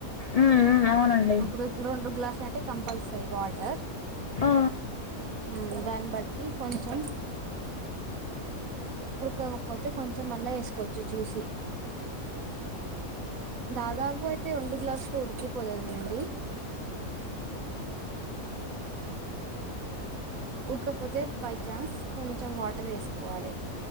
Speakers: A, on the left; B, on the right.
A: ఉ ఉ ఔనండి
B: ఇప్పుడు రెండు గ్లాస్లంటే కంపల్సరీ వాటర్
A: ఆ
B: ఉ దాన్ని బట్టి కొంచెం ఉడుకకపోతే కొంచెం మళ్ళా ఏస్కోచ్చు చూసి దాదాపు అయితే రెండు గ్లాస్లు ఉడికిపోలేదండి ఉడ్కపోతే బై చాన్స్ కొంచెం వాటర్ ఏస్కోవాలి